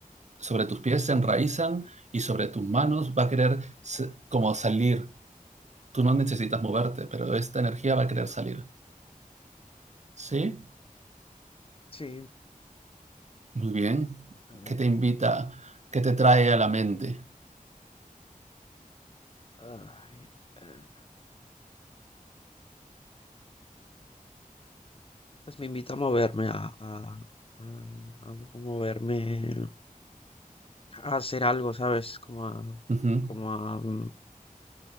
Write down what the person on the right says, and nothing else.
sobre tus pies se enraizan y sobre tus manos va a querer s- como salir. Tú no necesitas moverte, pero esta energía va a querer salir. ¿Sí?
Muy bien.
¿Qué te invita? ¿Qué te trae a la mente?
Ujú,